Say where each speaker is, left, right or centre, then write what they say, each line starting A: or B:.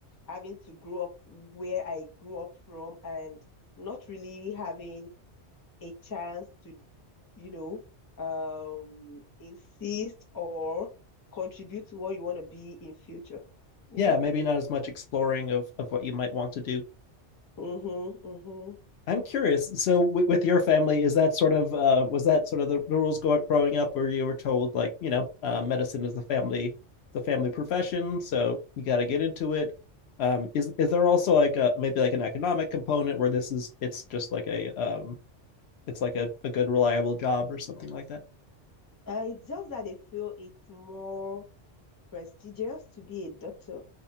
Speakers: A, on the left (about 25°); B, on the left (about 70°).
A: having to grow up where I grew up from and not really having a chance to, you know, um, insist or contribute to what you want to be in future, you
B: Yeah,
A: know?
B: maybe not as much exploring of of what you might want to do.
A: Mm-hmm, mm-hmm.
B: I'm curious. So w- with your family, is that sort of uh was that sort of the, rules go- growing up where you were told like, you know, uh, medicine is the family the family profession, so you got to get into it. Um is is there also like a maybe like an economic component where this is it's just like a um it's like a, a good reliable job or something like that?
A: Uh, it's just that they feel it's more prestigious to be a doctor,